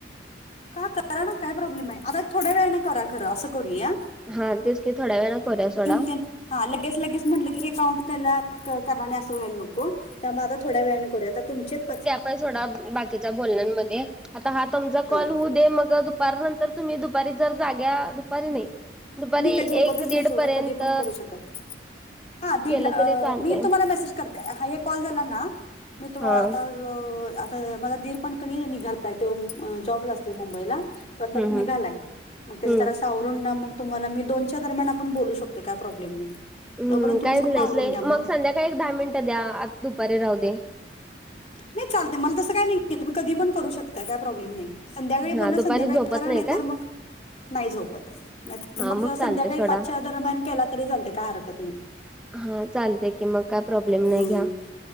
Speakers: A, on the left; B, in the centre.
A: का करा ना काय प्रॉब्लेम आहे आता थोड्या वेळ ना करा खरं असं करूया आ.
B: हा तेच की थोड्या वेळा करूया सोडा.
A: ते हा लगेच-लगेच म्हटलं की हे काउंट त्याला कारण अस व्हायला नको त्यामुळे आता थोड्या वेळ करूया आता तुमचे पाच
B: आता सोडा बाकीच बोलण्यांमध्ये आता
A: हा
B: कॉल होऊ दे मग दुपार नंतर तुम्ही दुपारी जर जाग्या दुपारी नाही. दुपारी
A: मी काय झोपतच
B: एक दीड
A: नाही सोडा
B: पर्यंत
A: कधी पण करू शकत हा दीड
B: केलं
A: ला अ
B: तरी चालतंय
A: मी तुम्हाला मेसेज करते हे कॉल झाला ना मी तुम्हाला
B: हा.
A: आता अ आता माझा दीर पण की निघाला त्यो जॉबला असते मुंबईला तो आताच
B: हम्म
A: निघालाय
B: हम्म
A: मग त्याच्या त्याला
B: हम्म.
A: सावरुण ना मग तुम्हाला मी दोनच्या दरम्यान आपण बोलू शकतो काय प्रॉब्लेम नाही.
B: हम्
A: तोपर्यंत तुमचं
B: काहीच नाहीच
A: पण आवरून
B: नाही
A: घ्या
B: मग संध्याकाळी एक दहा मिनिटं द्या आ दुपारी राहू दे.
A: नाही चालतय मला तस काही नाहीय तुम्ही कधी पण करू शकताय काय प्रॉब्लेम नाही. संध्याकाळी
B: हा
A: बोलण
B: दुपारी
A: संध्याकाळी
B: झोपत
A: करा नाही
B: काय
A: तर मग नाही झोपत नाही तर
B: हा
A: मग
B: चालते
A: संध्याकाळी
B: सोडा.
A: पाचच्या दरम्यान केला तरी चालतंय काय हरकत नाही.
B: हा चालतय की मग काय प्रॉब्लेम
A: हम्म
B: नाही घ्या